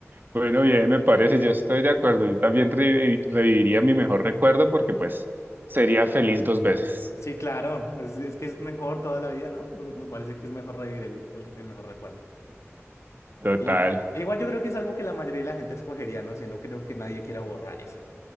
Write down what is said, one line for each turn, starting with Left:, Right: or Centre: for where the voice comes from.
Right: bueno, bien, me parece, yo estoy de acuerdo. Yo también revi- reviviría mi mejor recuerdo porque pues sería feliz dos veces.
Left: Sí, claro, es, es que es mejor toda la vida, ¿no? Me me parece que es mejor reír el, el- el mejor recuerdo.
Right: Total.
Left: Y igual yo creo que es algo que la mayoría de la gente escogería, no sé, no creo que nadie quiera borrar eso.